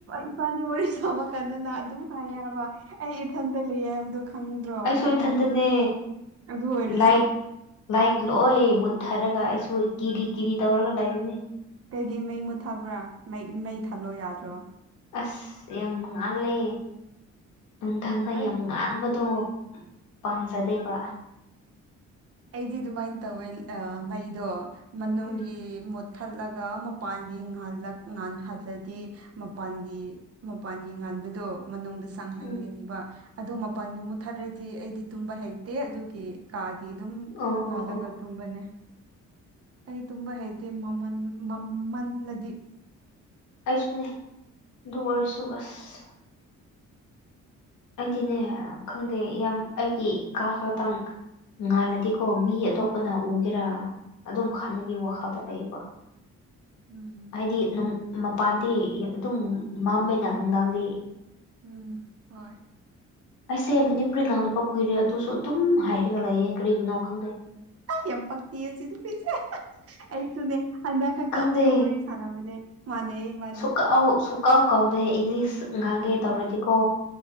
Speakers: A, on the right (about 50°); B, on the left (about 80°).
A: ꯏꯄꯥꯅꯤ ꯋꯥꯔꯤ ꯁꯥꯕ ꯀꯅ ꯑꯗꯨꯝ ꯍꯥꯏꯕ ꯑꯩ ꯏꯊꯟꯇ ꯂꯩ ꯍꯥꯏꯕꯗ ꯈꯪꯗ꯭ꯔꯣ
B: ꯑꯩꯁꯨ
A: ꯅꯪ
B: ꯏꯊꯟꯇꯅꯦ
A: ꯌꯥꯝ ꯑꯗꯨ ꯑꯣꯏꯔꯁꯨ
B: ꯂꯥꯏꯛ ꯂꯥꯏꯛ ꯂꯣꯏ ꯃꯨꯠꯊꯔꯒ ꯑꯩꯁꯨ ꯀꯤꯔꯤ ꯀꯤꯔꯤ ꯇꯧꯔꯒ ꯂꯩꯕꯅꯤ
A: ꯀꯩꯒꯤ ꯃꯩ ꯃꯨꯠꯊꯕ꯭ꯔꯥ ꯃꯩ ꯊꯜꯂꯣ ꯌꯥꯗ꯭ꯔꯣ
B: ꯑꯁ ꯌꯥꯝ ꯉꯥꯜꯂꯦ ꯅꯨꯡꯊꯪꯗ
A: ꯑꯩ
B: ꯌꯥꯝ ꯉꯥꯟꯕꯗꯣ ꯄꯥꯝꯖꯗꯦꯕ
A: ꯑꯩꯗꯤ ꯑꯗꯨꯃꯥꯏꯅ ꯇꯧꯋꯦ ꯃꯩꯗꯣ ꯃꯅꯨꯡꯒꯤ
B: ꯎꯝ
A: ꯊꯠꯂꯒ ꯃꯄꯥꯟꯒꯤꯍꯜꯂꯛ ꯉꯥꯜꯍꯜꯂꯗꯤ ꯃꯄꯥꯟꯒꯤ ꯃꯄꯥꯟꯒꯤ ꯉꯥꯟꯕꯗꯣ ꯃꯅꯨꯡꯗ ꯆꯪꯍꯟꯒꯅꯤꯕ
B: ꯎꯝ
A: ꯑꯗꯨ ꯃꯄꯜꯒꯤ ꯃꯨꯠꯊꯠꯔꯗꯤ ꯑꯩꯗꯤ ꯇꯨꯝꯕ ꯍꯩꯇꯦ ꯑꯗꯨꯒꯤ ꯀꯒꯤ ꯑꯗꯨꯝ
B: ꯑꯣ
A: ꯅꯂꯒ
B: ꯑꯣ ꯑꯣ
A: ꯇꯨꯝꯕꯅꯦ ꯑꯩ ꯇꯨꯝꯕ ꯍꯩꯇꯦ ꯃꯃꯜ ꯃꯃꯜꯂꯗꯤ
B: ꯑꯩꯁꯨꯅꯦ ꯑꯗꯨ ꯑꯣꯏꯔꯁꯨ ꯑꯁ ꯑꯩꯗꯤꯅꯦ ꯈꯪꯗꯦ ꯌꯥꯝ ꯑꯩꯒꯤ ꯀꯥ ꯈꯇꯥꯡ ꯉꯥꯜꯂꯗꯤꯀꯣ ꯃꯤ ꯑꯇꯣꯞꯄꯅ
A: ꯎꯝ
B: ꯎꯒꯦꯔꯥ ꯑꯗꯨꯝ ꯈꯟꯕꯒꯤ ꯋꯥꯈꯜꯗ ꯂꯩꯌꯦꯕ
A: ꯎꯝ
B: ꯍꯥꯏꯗꯤ ꯃꯄꯥꯟꯗꯤ ꯑꯗꯨꯝ ꯃꯝꯃꯦꯅ ꯅꯨꯡꯗꯥꯡꯗꯤ
A: ꯎꯝ ꯍꯣꯏ
B: ꯑꯩꯁꯦ ꯃꯅꯤꯄꯨꯔꯤ ꯉꯥꯡꯅꯕ ꯀꯨꯏꯔꯦ ꯑꯗꯨꯁꯨ ꯑꯗꯨꯝ ꯍꯥꯏꯔꯒ ꯂꯩꯌꯦ ꯀꯔꯤꯒꯤꯅꯣ ꯈꯪꯗꯦ
A: ꯌꯥꯝ ꯄꯛꯇꯤ ꯁꯤ ꯑꯗꯨ ꯄꯤꯁꯦ ꯑꯩꯁꯨꯅꯦ ꯍꯟꯗꯛ ꯈꯛꯇ
B: ꯈꯪꯗꯦ
A: ꯑꯃꯨꯛꯀ ꯋꯥꯔꯤꯔꯤ ꯁꯥꯟꯅꯕꯅꯦ ꯃꯥꯅꯦ ꯏꯕꯥꯅꯤ
B: ꯁꯨꯀꯥꯎ ꯁꯨꯀꯥꯎꯥꯎ ꯀꯥꯎꯗꯦ ꯏꯪꯂꯤꯁ ꯉꯥꯡꯒꯦ ꯇꯧꯔꯦꯗꯤꯀꯣ